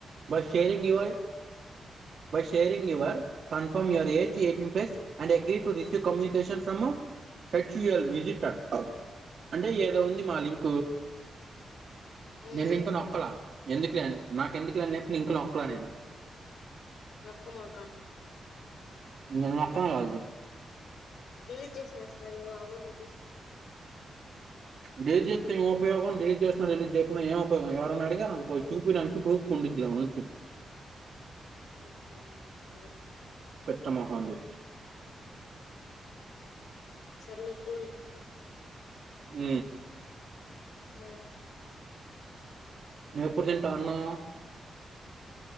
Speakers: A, on the right; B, on the left.
A: For sharing your by sharing your confirm your age eighteen plus and agree to receive communication. న్ from టక్చుయల్ visit అ అంటే ఏదో ఉంది మా link
B: హ్మ్
A: నేను ఇంకా నొక్కలా. ఎందుకులే నాకు ఎందుకులేని లింక్ నొక్కలా నేను
B: నొక్కమాకండి.
A: నేన్ నొక్కను గదా అది
B: డిలీట్ చేసేస్తున్నార ఆ ఓటీపీ.
A: డేలీట్ చేేస్తే ఏం ఉపయోగం డేలీట్ చేస్త ఎడిట్ చేయకుండా ఏం ఉపయోగం. ఎవరైనా అడిగారు అనుకో చూపడానికి ప్రూఫ్ ఉండిద్ది. గ్రాండ్ ఫ <unintelligible>
B: ఆ సరే
A: పిచ్చమొహంది
B: సార్ లే కూడు
A: ఉ
B: ఆ
A: నువ్వు ఎప్పుడు తింటావ్ అన్నం,